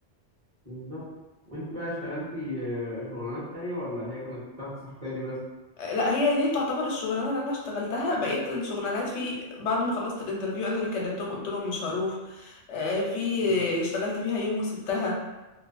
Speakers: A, on the right (about 35°); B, on the left (about 85°).
A: بالظبط وانت بقى اشتغلتي آه، شغلانات تانية ولا هي كانت تحت الصحفية دي بس
B: آه، لا هي دي تعتبر الشغلانة اللي انا اشتغلتها بقيت الشغلانات في بعد ما خلصت الانترفيو انا اللي كلمتهم قلت لهم مش هروح آه، في
A: مم.
B: اللي اشتغلت فيها يوم وسبتها